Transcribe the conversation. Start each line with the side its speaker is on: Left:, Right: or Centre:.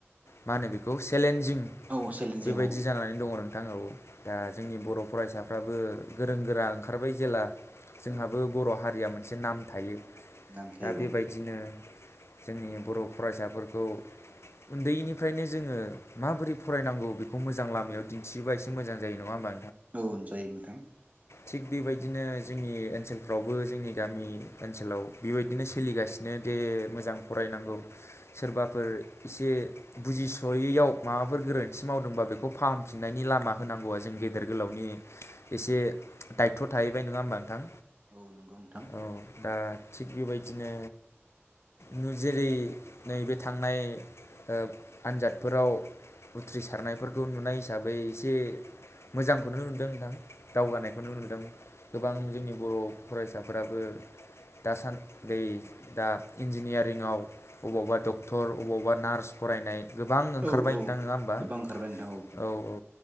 Left: मा होनो बेखौे सेलेन्ज जिं
Right: औ चेलेन्जिं
Left: बेबायदि
Right: औ
Left: जानानै दङ नोंथां ओव दा
Right: औ
Left: जोंनि बर' फरायसा फाबो गोरों गोरा ओंखारबाय जेला जोंहाबो
Right: औ
Left: बर' हारिया मोन। मोनसे नाम थायो
Right: नामथाय
Left: दा
Right: औ
Left: बेबायदिनो जोंनि बर' फरायसाफोरखौ उन्दैनिफ्रायनो जोङो माबोरै फरायनांगौ बेखौ मोजां लामायाव दिन्थियोबा एसे मोजां जायो नङा होम्बा
Right: औ जायो नोंथां
Left: थिग बेबायदिनो जोंनि ओनसोलफ्रावबो जोंनि गामि ओनसोलाव बेबायदिनो सोलिगासिनो दे मोजां फरायनांगौ सोरबाफोर एसे बुजिस'यैयाव माबाफोर गोरोन्थि मावदोंबा बेखौ फाहामफिननायनि लामा होनांगौआ जों गेदेर गोलावनि एसे दायथ' थाहैबाय नङा होमबा नोंथां
Right: औ नंगौ नोंथां
Left: औ दा थिग बेबायदिनो नु जेरै नैबे थांनाय ओ आनजादफोराव उथ्रिसारनायफोरखौ नुनाय हिसाबै एसे मोजांखौनो नुदों नोंथां दावगानायखौनो नुदों गोबां जोंनि बर' फरायसाफोराबो दासान्दै दा इन्जिनियारिङाव अबावबा डक्टर अबावबा नार्स फरायनाय गोबां ओंखारबाय
Right: औ औ
Left: नोंथां नङा होम्बा
Right: गोबां
Left: औ
Right: ओंखारबाय नोंथां
Left: औ